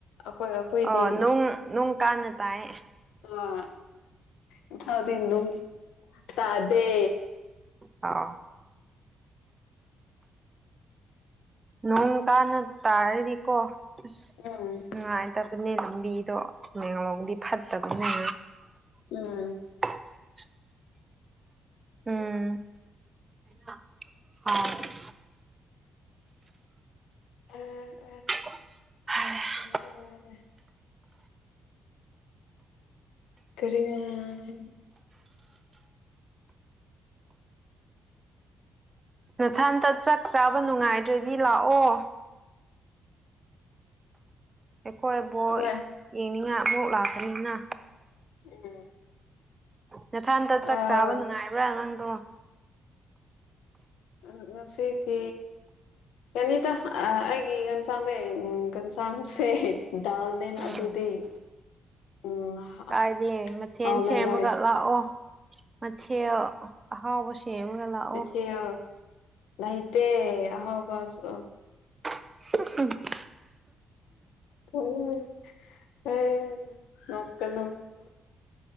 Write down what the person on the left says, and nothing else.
ꯑꯩꯈꯣꯏ ꯑꯩꯈꯣꯏꯗꯤ
ꯑꯃ ꯏꯝꯐꯥꯜꯗꯤ ꯅꯨꯡ ꯇꯥꯗꯦ
ꯎꯝ
ꯎꯝ
ꯑ
ꯑꯣ ꯍꯜꯂꯦ ꯀꯔꯤꯅꯣꯍꯥ
ꯍꯣꯏ
ꯎꯝ
ꯑꯥ
ꯑ ꯉꯁꯤꯗꯤ ꯌꯥꯅꯤꯗ ꯑꯩꯒꯤ ꯌꯦꯟꯁꯥꯡꯗꯩ ꯎꯪ ꯒꯟꯁꯥꯡꯁꯦ ꯗꯥꯜꯅꯦꯅ
ꯑꯗꯨꯗꯤ ꯎꯝ ꯍꯥ-
ꯍꯥ-
ꯍꯥꯎꯂꯔꯣꯏ
ꯃꯊꯦꯜ ꯂꯩꯇꯦ ꯑꯍꯥꯎꯕꯁꯨ
ꯅꯣꯛꯅꯤꯡꯉꯦ ꯑꯦ ꯅꯣꯛꯀꯅꯣ